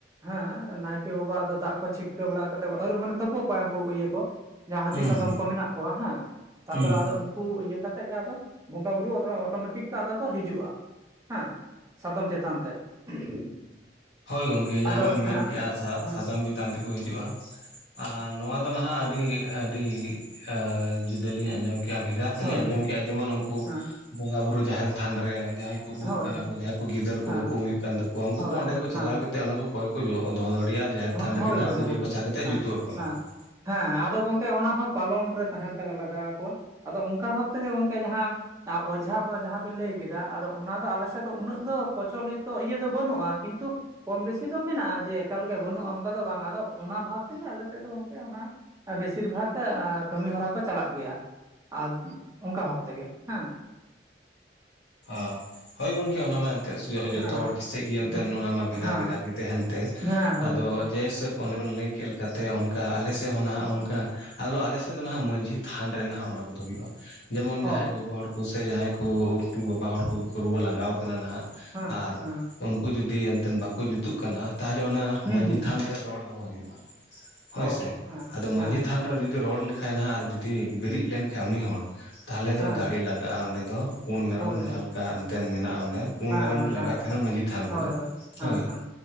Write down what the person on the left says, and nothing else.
ᱦᱩᱸ
ᱦᱩᱸ
ᱦᱳᱭ ᱜᱚᱝᱠᱮ ᱡᱟᱦᱟᱸ
ᱵᱮᱱ ᱢᱮᱱ
ᱠᱮᱜᱼᱟ ᱥᱟ
ᱥᱟᱫᱚᱢ ᱪᱮᱛᱟᱱ ᱛᱮᱠᱚ ᱦᱤᱡᱩᱜᱼᱟ ᱟᱨ ᱱᱚᱣᱟ ᱫᱚ ᱱᱷᱟᱸᱜ ᱟᱹᱰᱤ ᱟᱹᱰᱤ ᱟᱹ ᱡᱩᱫᱟᱹ ᱞᱤᱧ ᱟᱸᱡᱚᱢ ᱠᱮᱜᱼᱟ ᱵᱷᱮᱜᱟᱨ ᱛᱮ
ᱞᱤᱧ ᱟᱸᱡᱚᱢ
ᱠᱮᱜᱼᱟ, ᱡᱮᱢᱚᱱ ᱩᱸᱠᱩ
ᱵᱚᱸᱜᱟ ᱵᱩᱨᱩ ᱡᱟᱦᱮᱨ ᱛᱷᱟᱱ ᱨᱮ ᱡᱟᱦᱟᱸᱭ ᱨᱩᱣᱟᱹᱜ
ᱠᱟᱱᱟ
ᱠᱚ ᱡᱟᱦᱟᱸᱭ ᱠᱚ ᱜᱤᱫᱟᱹᱨ ᱠᱚ
ᱵᱟᱠᱚ ᱦᱩᱭᱩᱜ ᱠᱟᱱ ᱛᱟᱠᱚᱣᱟ ᱩᱸᱠᱩ
ᱠᱚ ᱚᱸᱰᱮ ᱠᱚ ᱪᱟᱞᱟᱣ
ᱠᱟᱛᱮ ᱚᱱᱟ ᱠᱚ ᱠᱚᱭ ᱠᱚ ᱡᱚᱜ ᱫᱚᱦᱚ ᱫᱟᱲᱮᱭᱟᱜᱼᱟ ᱡᱟᱦᱮᱨ
ᱛᱷᱟᱱ ᱨᱮᱜᱮ
ᱱᱷᱟᱸᱜ
ᱯᱩᱡᱟᱹ
ᱯᱟᱥᱟ ᱠᱟᱛᱮ
ᱡᱩᱛᱩᱜ ᱟᱠᱚ ᱱᱷᱟᱸᱜ
ᱠᱚ ᱾
ᱚ ᱦᱳᱭ ᱜᱚᱝᱠᱮ ᱚᱱᱟᱢᱟ ᱛᱮᱫ ᱥᱩᱼᱟ ᱡᱚᱛᱚ
ᱦᱚᱲ ᱥᱮᱡ ᱜᱤ ᱚᱱᱛ ᱚᱱᱟ ᱢᱟ,
ᱵᱷᱮᱜᱟᱨ ᱵᱷᱮᱜᱟᱨ ᱜᱮ ᱛᱟᱦᱮᱱ ᱛᱮ
ᱟᱫᱚ
ᱦ ᱡᱮ ᱦᱤᱥᱟᱹᱵ ᱚᱱᱮ ᱵᱮᱱ ᱞᱟᱹᱭ ᱠᱮᱫ ᱞᱮᱠᱟᱛᱮ, ᱚᱱᱠᱟ ᱟᱞᱮᱥᱮᱫ ᱦᱚᱸ ᱱᱟᱦᱟᱜ ᱚᱱᱠᱟ ᱟᱫᱚ ᱟᱞᱮᱥᱮᱫ ᱫᱚ ᱱᱟᱦᱱᱟᱜ ᱢᱟᱺᱡᱷᱤ ᱛᱷᱟᱱ ᱨᱮ ᱱᱟᱦᱟᱜ ᱚᱱᱟ ᱠᱚᱫᱚ ᱦᱩᱭᱩᱜᱼᱟ᱾ ᱡᱮᱢᱚᱱ ᱡᱟᱦᱟᱸᱭ
ᱜᱚᱜᱚ ᱦᱚᱲ ᱠᱚ ᱥᱮ ᱡᱟᱦᱟᱸᱭ ᱠᱩ, ᱩᱱᱠᱩ ᱵᱟᱵᱟ ᱦᱚᱲ ᱠᱚᱜᱮᱠᱩ ᱨᱩᱣᱟᱹ ᱞᱟᱸᱜᱟᱣ ᱠᱟᱱᱟ ᱱᱟᱦᱟᱜ,
ᱟᱨ
ᱩᱱᱠᱩ ᱡᱩᱫᱤ ᱮᱱᱛᱮᱱ ᱵᱟᱠᱚ ᱡᱩᱛᱩᱜ ᱠᱟᱱᱟ, ᱛᱟᱦᱞᱮ ᱚᱱᱟ
ᱢᱟᱺᱡᱷᱤ
ᱛᱷᱟᱱ ᱨᱮ ᱨᱚᱲ ᱫᱚᱦᱚ ᱦᱩᱭᱩᱜᱼᱟ ᱦᱳᱭᱥᱮ,
ᱟᱫᱚ ᱢᱟᱺᱡᱷᱤ
ᱛᱷᱟᱱ ᱨᱮ ᱡᱩᱫᱤ ᱨᱚᱲ ᱞᱮᱠᱷᱟᱱ ᱱᱟᱦᱟᱜ, ᱟᱨ ᱡᱩᱫᱤ ᱵᱮᱨᱮᱫ ᱞᱮᱱᱠᱷᱟᱡ ᱩᱱᱤ ᱦᱚᱲ, ᱛᱟᱦᱞᱮ ᱫᱚ
ᱫᱟᱲᱮ ᱞᱟᱜᱟᱜᱼᱟ ᱚᱸᱰᱮ ᱫᱚ, ᱯᱩᱲ ᱢᱮᱨᱚᱢ
ᱡᱟᱸᱦᱟᱸᱞᱮᱠᱟ ᱮᱱᱛᱮ ᱢᱮᱱᱟᱜᱼᱟ ᱚᱰᱮ, ᱯᱩᱲ
ᱢᱮᱨᱚᱢ ᱜᱮ ᱞᱟᱜᱟᱜ
ᱛᱟᱦᱮᱱᱟ ᱢᱟᱺᱡᱷᱤ ᱛᱷᱟᱱ
ᱨᱮᱫᱚ,
ᱦᱳᱭ